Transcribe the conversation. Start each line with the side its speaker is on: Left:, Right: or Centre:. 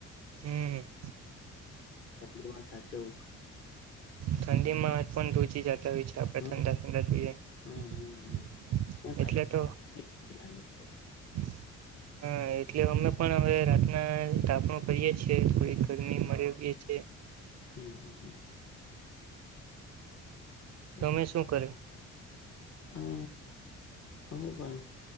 Right: હમ્મ.
Left: <inaudible> સાચવવું.
Right: ઠંડી માં હાથ પણ ધ્રુજી જા <unintelligible> તો ઠંડા
Left: હમ
Right: ઠંડા થઈ જાય
Left: હમ હમ હમ એ બાઈક
Right: એટલે તો.
Left: ઠંડી લાગે છે
Right: હા એટલે અમે પણ હવે રાતના તાપણું કરીએ છીએ થોડી. ગરમી મરે ભી છે.
Left: હમ્મ હ હમ
Right: તમે શું કરે
Left: અમ અમે પણ